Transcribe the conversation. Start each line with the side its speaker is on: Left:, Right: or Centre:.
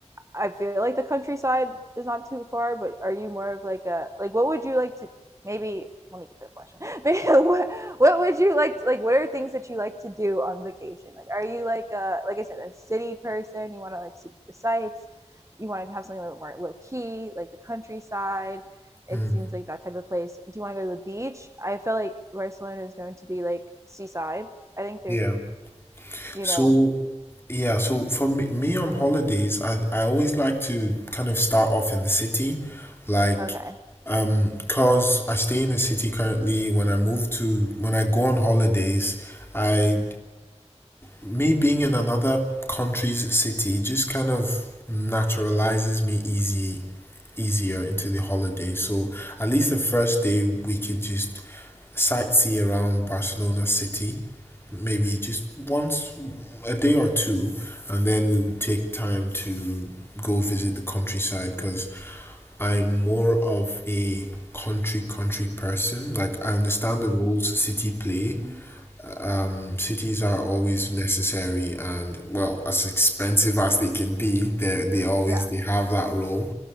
Right: I feel like the countryside is not too far, but are you more of like a like what would you like to maybe let me get to the question. <laughs> Maybe what what would you like to, like what are things that you like to do on vacation? Like are you like a like I said a city person? You want to like see the sights? You want to have something a little bit more low key, like the countryside? It
Left: mm,
Right: seems like that type of place. Do you want to go to the beach? I feel like Barcelona is known to be like seaside. I think there's
Left: yeah.
Right: like, you
Left: So
Right: know,
Left: Yeah, so for me, me on holidays, I, I always like to kind of start off in the city, like,
Right: okay.
Left: um, cause I stay in the city currently. When I move to, when I go on holidays, I, me being in another country's city just kind of naturalizes me easy, easier into the holiday. So at least the first day we could just sightsee around Barcelona city maybe just once a day or two, and then we would take time to go visit the countryside because I'm more of a country country person like i understand the roles city play
Right: <sighs>
Left: um cities are always necessary and well as expensive as they can be they they always
Right: Yeah.
Left: they have that role